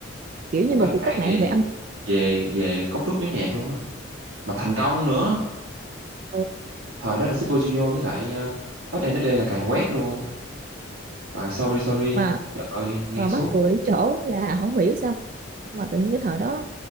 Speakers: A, on the right; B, on the right.
A: kiểu
B: một cuộc
A: như
B: cách
A: một cuộc
B: mạng
A: cách mạng
B: về
A: về âm
B: về về cấu trúc nhóm nhạc luôn á mà thành công nữa
A: ừ.
B: thời đó là Super Junior với lại ờ, ét em đê là càng quét luôn phải sorry sorry
A: mà
B: trời ơi nghe
A: mà
B: suốt
A: mắc cười chỗ là không hiểu sao mà tự nhiên cái thời đó